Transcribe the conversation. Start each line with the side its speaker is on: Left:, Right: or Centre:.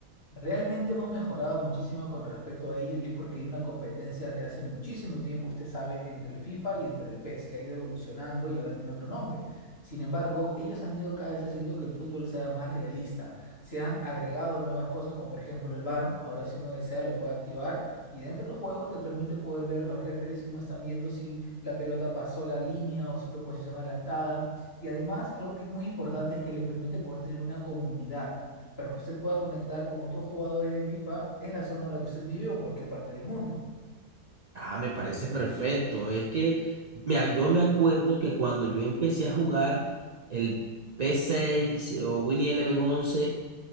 Left: Realmente hemos mejorado muchísimo con respecto a ello y es porque hay una competencia de hace muchísimo tiempo, usted sabe, entre el FIFA y entre el PES, que ha ido evolucionando y ahora tiene otro nombre. Sin embargo, ellos han ido cada vez haciendo que el fútbol sea más realista. Se han agregado nuevas cosas como por ejemplo el VAR. Ahora si uno desea lo puede activar y dentro del juego te permite poder ver a los referees cómo están viendo si la pelota pasó la línea o si fue posición adelantada. Y además, algo que es muy importante es que le permite poder tener una comunidad para que usted pueda conectar con otros jugadores de FIFA en la zona en la que usted vive o en cualquier parte del mundo.
Right: Ah, me parece perfecto. Es que mira, yo me acuerdo que cuando yo empecé a jugar el p seis o Winnie Eleven 11